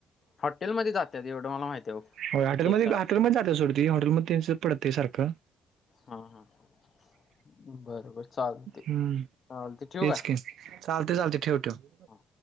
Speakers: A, on the left; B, on the right.
A: हॉटेलमध्ये जातात एवढं मला माहिती आहे
B: हो हाँटेल
A: चेक
B: मध्ये
A: करा
B: हाँटेल मध्ये जात सोडून ते हॉटेलमध्ये सेम पडतं सारखं
A: हा हा हा बरोबर चालते, चालते
B: हम्म,
A: ठेवू
B: तेच
A: का?
B: की चालते, चालते ठेव ठेव.
A: हो.